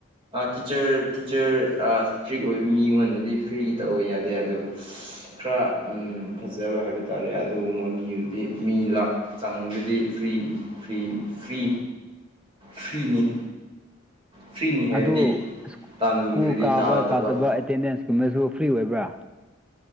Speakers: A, on the right; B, in the centre.
A: ꯇꯤꯆꯔ ꯇꯤꯆꯔ ꯏꯁꯇ꯭ꯔꯤꯛ ꯑꯣꯏꯕ ꯃꯤꯉꯣꯟꯗꯗꯤ ꯐ꯭ꯔꯤ ꯇꯧꯕ ꯌꯥꯗꯦ ꯑꯗꯣ ꯈꯔ ꯐꯖꯕ ꯍꯥꯏꯕ ꯇꯥꯔꯦ ꯑꯗꯨꯒꯨꯝꯕ ꯃꯤꯗꯨꯗꯤ ꯃꯤ ꯂ ꯆꯪꯕꯗꯤ ꯐ꯭ꯔꯤ ꯐꯔꯤ ꯐ꯭ꯔꯤ ꯐ꯭ꯔꯤꯅꯤ ꯐ꯭ꯔꯤꯅꯤ ꯍꯥꯏꯕꯗꯤ
B: ꯑꯗꯨ
A: ꯇꯥꯅꯤꯡꯗ꯭ꯔꯗꯤ
B: ꯁ꯭ꯀꯨꯜ ꯀꯥꯕ
A: ꯇꯥꯗꯕ
B: ꯀꯥꯗꯕ ꯑꯦꯇꯦꯟꯗꯦꯟꯁ ꯀꯨꯝꯕꯁꯨ ꯐ꯭ꯔꯤ ꯑꯣꯏꯕ꯭ꯔꯥ